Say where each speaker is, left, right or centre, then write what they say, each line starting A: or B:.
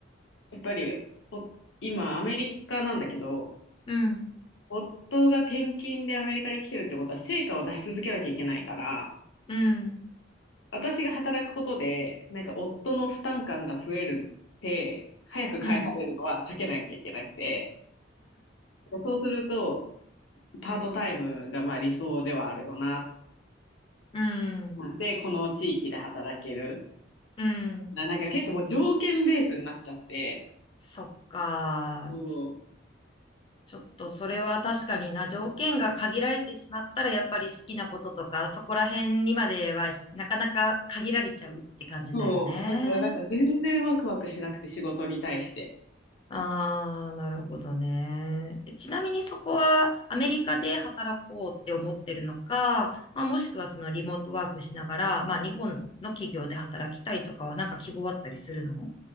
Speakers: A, on the left; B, on the left.
A: やっぱり、お、今、アメリカなんだけど、
B: うん、うん、
A: 夫が転勤でアメリカに来てるってことは、成果を出し続けなきゃいけないから、
B: うん、
A: 私が働くことで、なんか、夫の負担感が増えるって、早く返されるのは避けなきゃいけなくて、
B: うん、
A: そうすると、パートタイムがまあ理想ではあるよな。
B: うん、
A: で、この地域で働ける。
B: うん。
A: な、なんか結構もう条件ベースになっちゃって、
B: そっか。
A: そう。
B: ちょっとそれは確かにな、条件が限られてしまったら、やっぱり好きなこととか、そこら辺にまではなかなか限られちゃうって感じだよね。
A: そう、だからなんか全然ワクワクしなくて仕事に対して。
B: ああ、なるほどね。えちなみにそこはアメリカで働こうって思ってるのか、まあ、もしくはそのリモートワークしながら、まあ日本の企業で働きたいとかはなんか希望あったりするの